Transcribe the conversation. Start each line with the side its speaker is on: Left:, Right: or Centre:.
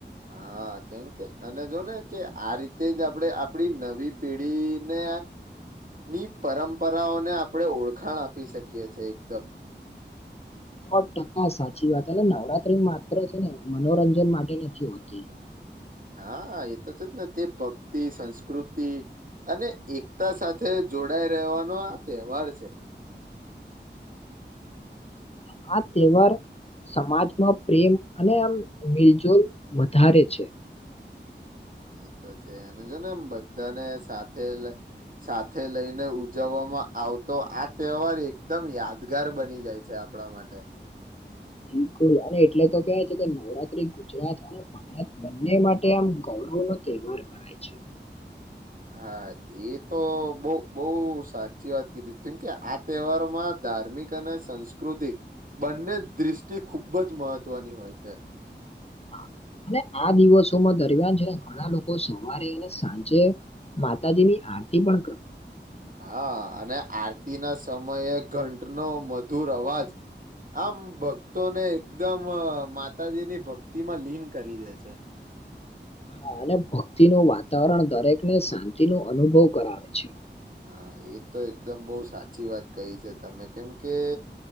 Right: હા કેમ કે અને જોને કે આ રીતે જ આપણે આપડી નવી પેઢીને ની પરંપરાઓને આપણે ઓળખાણ આપી શકીએ છે એકદમ
Left: સો ટકા સાચી વાત અને નવરાત્રી માત્ર છે ને મનોરંજન માટે નથી હોતી
Right: હા એ તો છે જ ને તે ભક્તિ સંસ્કૃતિ અને એકતા સાથે જોડાય રહેવાનો આ તહેવાર છે.
Left: હા તહેવાર સમાજમાં પ્રેમ અને આમ મિલજુલ વધારે છે.
Right: એ તો છે અને જો ને એમ બધાને સાથે સાથે લઈને ઉજવવા માં આવતો આ તહેવાર એકદમ યાદગાર બની જાય છે આપણા માટે
Left: બિલકુલ અને એટલે તો કેવાય છે કે નવરાત્રી ગુજરાત અને ભારત બંને માટે આમ ગ ગૈરવ નો તહેવાર ગણાય છે.
Right: હા એ તો બો બો સાચી વાત કીધી કેમકે આ તહેવારોમાં ધાર્મિક અને સંસ્કૃતિક બંને દૃષ્ટિ ખૂબ જ મહત્વની હોય છે.
Left: હા. અને આ દિવસોમાં દરમિયાન છે ને ઘણા લોકો સવારે અને સાંજે માતાજીની આરતી પણ ક
Right: હા અને આરતી ના સમયે ઘંટનો મધુર અવાજ આમ ભક્તોને એકદમ માતાજીની ભક્તિ માં લીન કરી દે છે
Left: હા અને ભક્તિનું વાતાવરણ દરેકને શાંતિ નો અનુભવ કરાવે છે.
Right: હા એ તો એકદમ બો સાચી વાત કહી છે તમે કેમ કે